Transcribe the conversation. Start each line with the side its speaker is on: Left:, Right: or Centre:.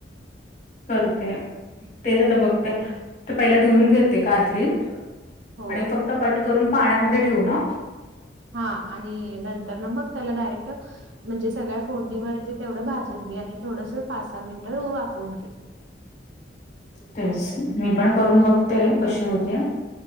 Left: करते. तेच आता बघते, तर पहिला धुवून घेते कारली.
Right: हो
Left: आणि फक्त कट करून पाण्यामध्ये ठेवू ना?
Right: हा आणि नंतर ना मग त्याला डायरेक्ट म्हणजे सगळ्या फोडणीवरती. तेवढं भाजून घे आणि थोडसं पाच सहा मिनिंट वाफवून घे.
Left: तेच, मी पण करून बघते कशी होतीया?